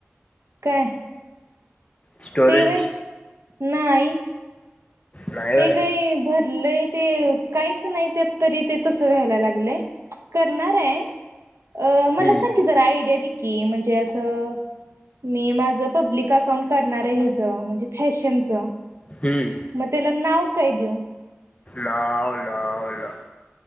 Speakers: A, on the right (about 80°); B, on the left (about 30°).
A: काय
B: स्टोरेज
A: ते व्हयं, नाही
B: नाही होय
A: ते काही भरलंय ते काहीच नाही त्यात तरी ते तसं व्हायला लागलयं, करणारं अ म्हणलं
B: हम्म,
A: संकी जरा आयडीया दे कि म्हणजे असं मी ना माझं पब्लिक अकाउंट काढणारं हेच म्हणजे फॅशनचं
B: हम्म
A: मग त्याला नाव काय देऊ.
B: लाव लाव ल